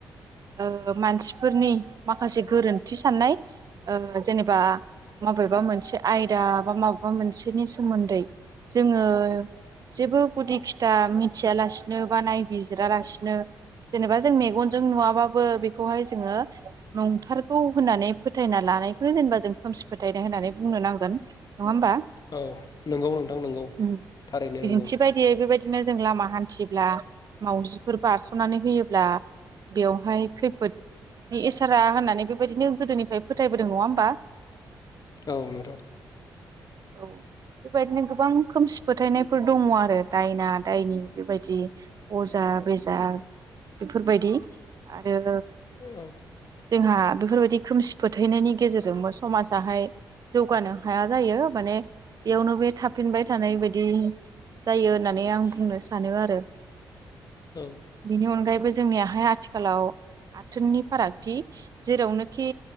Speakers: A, on the right; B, on the left.
A: ओ मानसिफोरनि माखासे गोरोन्थि साननाय ओ जेनेबा माबेबा मोनसे आयदा बा माबेबा मोनसेनि सोमोन्दै जोङो जेबो गुदि खिथा मि थियालासिनो बा नायबिजिरालासिनो जेनेबा जों मेगनजों नुवाबाबो बेखौहाय जोङो नंथारगौ होननानै फोथायना लानायखौनो जेनेबा जों खोमसि फोथायनाय होननानै बुंनो नांगोन नङा होमबा?
B: औ नंगौ नोंथां नंगौ
A: उम
B: थारैनो
A: बिदिन्थि
B: नंगौ
A: बायदियै बेबायदिनो जों लामा थिब्ला मावजिफोर बारस'नानै होयोब्ला बेवहाय खैफोद नि इसारा होननानै बेबायदिनो गोदोनिफ्राय फोथायबोदों नङा होमबा?
B: औ नोंथां।
A: औ बेबायदिनो गोबां खोमसि फोथायनायफोर दङ आरो दायना दायनि। बेबायदि अजा बेजा बेफोरबायदि आरो
B: <unintelligible>
A: जोंहा बेफोरबायदि खोमसि फोथायनायनि गेजेरजोंबो समाजाहाय जौगानो हाया जायो माने बेयावनो बे थाफिनबाय थानाय बायदि जायो होननानै आं बुंनो स आरो
B: औ
A: बेनि अनगायैबो जोंनियाहाय आथिखालाव आथोननि फारागथि जेरावनोखि